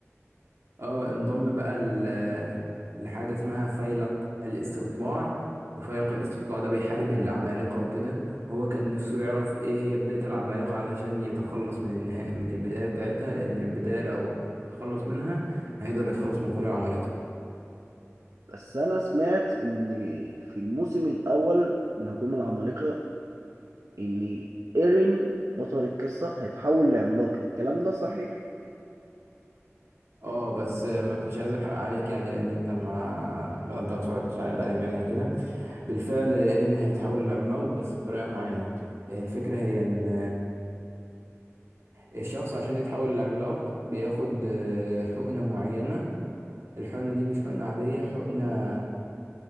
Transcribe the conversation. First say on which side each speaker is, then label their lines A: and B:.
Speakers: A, on the right; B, on the right.
A: اه انضم بقى ل- لحاجة اسمها فيلق الاستطلاع وفيلق الاستطلاع ده بيحارب العمالقة وكده وهو كان نفسه يعرف ايه هي بداية العمالقة علشان يتخلص من النهاية من البداية بتاعتها لأن البداية لو تخلص منها هيقدر يتخلص من كل العمالقة
B: بس انا سمعت ان في الموسم الاول من هجوم العمالقه ان ايرين بطل القصه هيتحول لعملاق الكلام ده صحيح
A: اه بس ما كنتش عايز احرق عليك يعني لان انت ما لو انت ما اتفرجتش على الانمي يعني كده بالفعل ايرين هيتحول لعملاق بس بطريقة معينة الفكرة هي ان الشخص عشان يتحول لعملاق بياخد آه، حقنة معينة الحقنة دي مش حقنة عادية حقنة